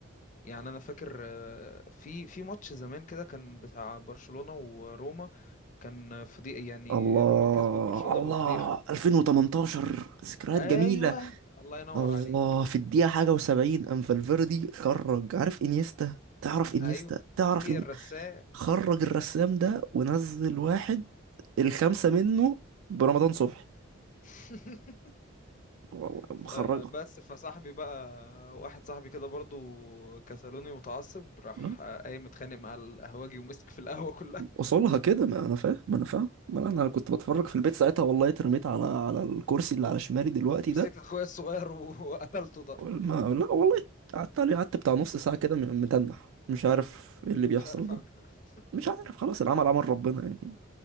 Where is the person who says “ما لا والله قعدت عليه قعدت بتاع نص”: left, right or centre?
Right